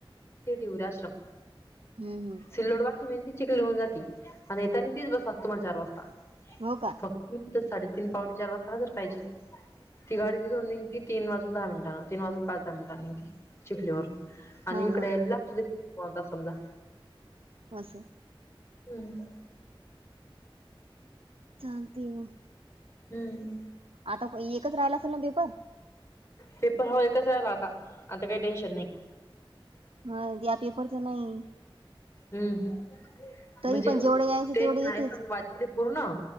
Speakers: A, on the left; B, on the right.
A: द उराश्रम
B: हम्म हम्म
A: सिल्लोडवा मे चिखली होऊन जाते आणितानी ती बस लाला तुम्हाला चार वाजता
B: हो का
A: फक्त साडेतीन पावणे चार वाजता हा जर पाहिजे ती गाडी तिथून निघती तीन वाजून दहा मिनिटांना तीन वाजून पाच दहा मिनिटां निघती चिखलीवरून आणि
B: हा
A: इकडे
B: हा
A: लागतु कोणता समजा
B: बसं
A: हम्म
B: चांगते हो
A: हम्म
B: आता एकच राहिला असेल ना पेपर
A: पेपर हो एकच राहिला आता आता काही टेन्शन नाही
B: हा द पेपर तर नाही
A: हम्म हम्
B: तरी
A: म्हणजे
B: पण जेवढे यायचं
A: टेन्शन
B: तेवढे येतेच
A: आहे पण वा पूर्ण